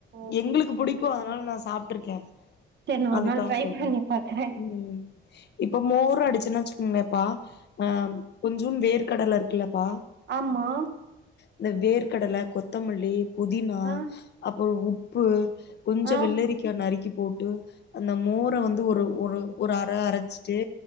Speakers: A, on the right; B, on the left.
A: ஓகே
B: எங்ளுக்கு புடிக்கு அதனால நா சாப் ட்ருக்கே
A: செரி நா
B: அதுக்காக
A: ஒரு நாள் ட்ரை
B: சொல்ற
A: பண்ணி பாக்குறே
B: ம் இப்ப மோரு அடுச்சன் வச்சுக்கங்ளேப்பா ஆ சுன் வேர்க கடல இருக்குல்லப்பா
A: ஆமா
B: இந்த வேர்க்கடல கொத்தமல்லி புதினா
A: ஆ
B: அப்பற உப் பு கொஞ்ச
A: ஆ
B: வெள்ளரிக்கா நறுக்கி போட்டு அந்த மோர வந்து ஒரு ஒரு ஒரு அர அரச்சுட்டு